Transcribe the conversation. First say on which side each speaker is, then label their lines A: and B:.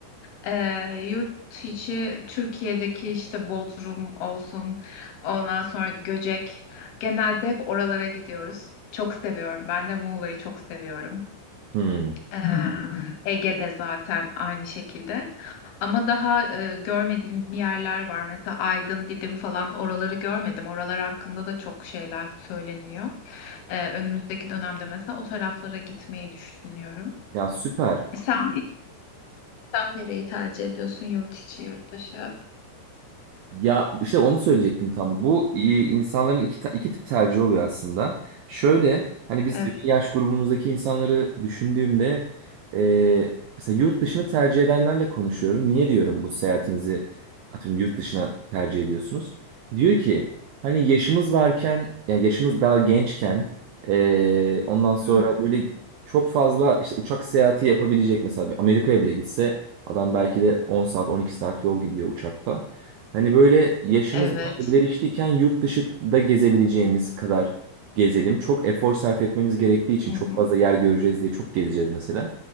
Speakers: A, on the left; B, on the right.
A: Ee, yurt içi Türkiye'deki işte Bodrum olsun, ondan sonra Göcek. Genelde hep oralara gidiyoruz. Çok seviyorum. Ben de Muğla'yı çok seviyorum.
B: Hmm.
A: Ee, Ege'de zaten aynı şekilde. Ama daha e, görmediğim yerler var. Mesela Aydın, Didim falan oraları görmedim. Oralar hakkında da çok şeyler söyleniyor. Ee, önümüzdeki dönemde mesela o taraflara gitmeyi düşünüyorum.
B: Ya süper.
A: Sen, sen nereyi tercih ediyorsun? Yurt içi, yurt dışı?
B: Ya işte onu söyleyecektim tam. Bu e, insanların iki, ta- iki tip tercih oluyor aslında. Şöyle hani biz
A: Evet.
B: bizim yaş grubumuzdaki insanları düşündüğümde e, mesela yurt dışını tercih edenlerle konuşuyorum. Niye diyorum bu seyahatinizi atıyorum yurt dışına tercih ediyorsunuz? Diyor ki hani yaşımız varken yani yaşımız daha gençken e, ondan sonra
A: Hmm,
B: böyle çok fazla işte uçak seyahati yapabilecek mesela bir Amerika'ya bile gitse adam belki de 10 saat 12 saat yol gidiyor uçakla. Hani böyle yaşımız
A: Evet.
B: ileriştiyken yurt dışı da gezebileceğimiz kadar gezelim. Çok efor sarf etmemiz gerektiği için
A: Hı
B: çok
A: hı.
B: fazla yer göreceğiz diye çok gezeceğiz mesela.